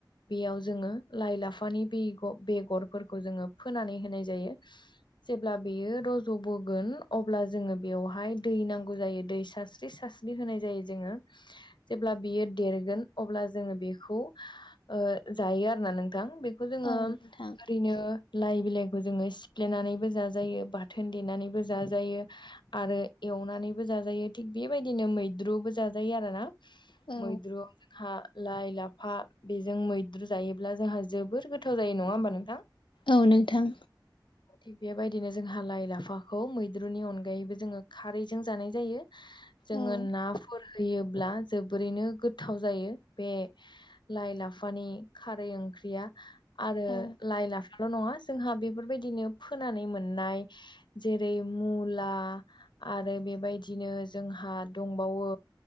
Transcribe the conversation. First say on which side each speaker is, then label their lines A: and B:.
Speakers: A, on the left; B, on the left.
A: बेयाव जोंङो लाइ-लाफा। नि बिग' बेगरफोरखौ जोंङो फोनानै होनाय जायो। जेब्ला बेयो रज'बोगोन अब्ला जोंङो बेवहाय दै नांगौ जायो दै सारस्रि सा स्रि होनाय जायो जोंङो जेब्ला बियो देरगोन अब्ला जोंङो बेखौ ओ। ओ जायो आरोना नोंथां बेखौ जोंङो
B: औ नोंथां
A: ओरैनो लाइ बिलाइखौ जोंङो सिफ्लेनानै। बो जाजायो बाथोन देनानैबो जाजायो आरो एवनानैबो जाजायो थिग बेबायदिनो। मैद्रुबो जाजायो आरो ना
B: औ
A: मैद्रुआव जोंहा लाइ। लाफा बेजों मैद्रु जायोब्ला जोंहा जोबोर गोथाव जायो नंङा होमबा नोंथां?
B: औ नोंथां।
A: थिग बेबायदिनो जोंहा लाइ लाफाखौ मैद्रुनि अनगायैबो जोंङो खारैजों जानाय जायो। जोंङो
B: औ
A: नाफोर। होयोब्ला जोबोरैनो गोथाव जायो बे लाइ लाफानि खारै ओं ख्रिया आरो
B: औ
A: लाइ लाफाल' नंङा जोंहा बेफोरबायदिनो। फोनानै मोननाय जेरै मुला आरो बेबायदिनो जोंहा। हा दंबावो